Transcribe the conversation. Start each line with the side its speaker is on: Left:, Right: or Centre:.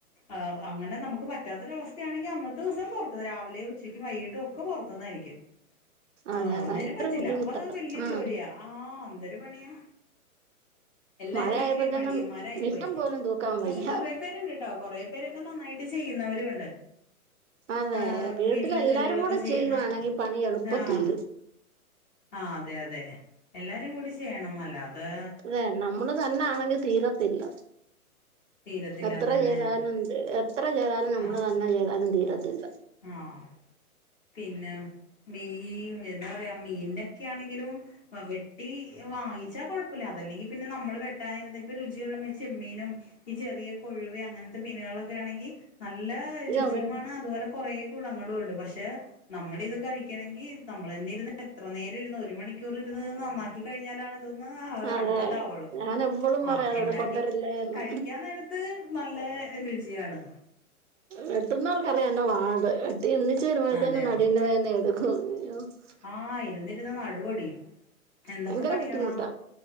Left: ആഹ് അങ്ങനെ നമ്മക്ക് പറ്റാത്തൊരവസ്ഥയാണെങ്കി അന്നത്തെ ദിവസം പുറത്തന്ന് രാവിലെ ഉച്ചയ്ക്കും വൈകീട്ടും ഒക്കെ പുറത്തുന്നായിരിക്കും ആഹ്
Right: അതെ
Left: അന്നേരം
Right: ഭയങ്കര
Left: പറ്റില്ല
Right: ബുദ്ധിമുട്ടാ
Left: അപ്പൊ അത് വല്യ
Right: ആഹ്
Left: ജോലിയാ ആഹ് എന്തൊരു പണിയാ എല്ലാരും
Right: മഴയായപ്പോഴത്തന്നെ
Left: വയങ്കര മടിയമ്മാരായി
Right: മിറ്റം
Left: പോയി
Right: പോലും തൂക്കാൻ
Left: പക്ഷെ
Right: വയ്യ
Left: കൊറേ പേരിണ്ട്ട്ടോ കൊറേ പേരൊക്കെ നന്നായിട്ട് ചെയ്യുന്നവരും ഉണ്ട്
Right: അതെ
Left: ആഹ്
Right: വീട്ടിലെല്ലാരും
Left: വീട്ടിലെ ജോലികളൊക്കെ
Right: കൂടെ
Left: ചെയ്യുന്ന
Right: ചെയ്യുവാണെങ്കിൽ പണി എളുപ്പം
Left: ആഹ്
Right: തീരും
Left: ആഹ് അതെ അതെ എല്ലാരും കൂടി ചെയ്യണം അല്ലാതെ
Right: അതെ നമ്മള് തന്നാണെങ്കി തീരത്തില്ല
Left: തീരത്തില്ല
Right: എത്ര
Left: അതന്നെ
Right: ചെയ്താലും എത്ര ചെയ്താലും നമ്മള്
Left: ആഹ്
Right: തന്നെ ചെയ്താലും തീരത്തില്ല
Left: ആഹ് പിന്നെ മീൻ എന്താ പറയാ മീനൊക്കെയാണെങ്കിലും വെട്ടി വാങ്ങിച്ചാ കൊഴപ്പല്ല അതല്ലെങ്കി പിന്നെ നമ്മള് വെട്ടാനിരുന്നിപ്പൊ രുചിയുള്ള ചെമ്മീനും ഈ ചെറിയ കൊഴുവ അങ്ങനത്തെ മീനുകളൊക്കെ ആണെങ്കി നല്ല രുചിയുമാണ്
Right: അവനും
Left: അതുപോലെ കുറേ ഗുണങ്ങളുണ്ട് പക്ഷെ നമ്മളിത് കഴിക്കണങ്കി നമ്മളെന്നെ ഇരുന്ന് എത്ര നേരം ഇരുന്ന ഒര് ഒരു മണിക്കൂർ ഇരുന്ന് നന്നാക്കി കഴിഞ്ഞാലാണ് ഇതൊന്ന്
Right: അതെ
Left: അടുപ്പത്തവൊള്ളൂ
Right: ഞാൻ എപ്പളും പറയാ
Left: ആഹ്
Right: അവിടെ
Left: ഇണ്ടാക്കി
Right: കൊണ്ടുവരല്ലേ എന്ന്
Left: കഴിക്കാൻ നേരത്ത് നല്ല രുചിയാണ്
Right: വെട്ടുന്നോർക്കറിയാം അയിന്റെ പാട് വെട്ടി എണിച്ചു വരുമ്പോഴത്തേനും
Left: അതെ
Right: നടുവിന്ന് വേന എടുക്കും <unintelligible>
Left: ആഹ് ഇരുന്നിരുന്ന് നടു ഒടിയും എന്തൊക്കെ
Right: ഭയങ്കര
Left: പണികളാ
Right: ബുദ്ധിമുട്ടാ